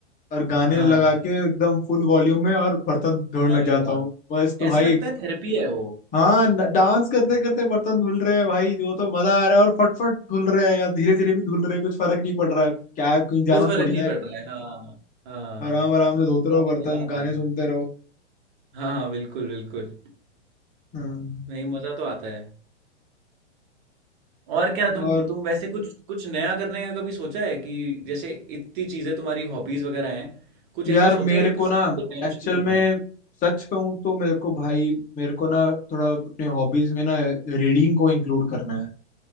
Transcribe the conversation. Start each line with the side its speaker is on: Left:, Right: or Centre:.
Left: और गाने
Right: हाँ
Left: लगा के एकदम फुल वॉल्यूम में और बर्तन धोने लग
Right: अरे
Left: जाता
Right: वाह!
Left: हूँ मस्त भाई
Right: ऐसे लगता है थेरेपी है वो,
Left: हाँ न- डांस करते करते बर्तन धुल रहे हैं भाई वो तो मजा आ रहा है और फटफट धुल रहे हैं या धीरे धीरे भी धुल रहे हैं कुछ फर्क नहीं पड़ रहा क्या कहीं जाना
Right: कुछ फ़र्क
Left: थोड़ी
Right: नहीं
Left: ना है
Right: पड़ रहा है। हाँ, हाँ,
Left: आराम आराम से धोते रहो
Right: काफ़ी
Left: बर्तन
Right: मज़ा आता
Left: गाने
Right: है।
Left: सुनते रहो
Right: हाँ, हाँ, बिल्कुल, बिल्कुल।
Left: हाँ
Right: नहीं, मज़ा तो आता है। और क्या तुम
Left: और
Right: तुम वैसे कुछ कुछ नया करने का कभी सोचा है कि जैसे इतनी चीज़ें तुम्हारी हॉबीज़ वगैरह हैं, कुछ
Left: यार
Right: ऐसा सोचा
Left: मेरे
Right: है कि
Left: को
Right: कुछ
Left: ना
Right: तुमको नया
Left: एक्चुअल
Right: शुरू करना
Left: में
Right: है?
Left: सच कहूँ तो मेरे को भाई मेरे को ना थोड़ा अपने हॉबीज में ना रीडिंग को इंक्लूड करना है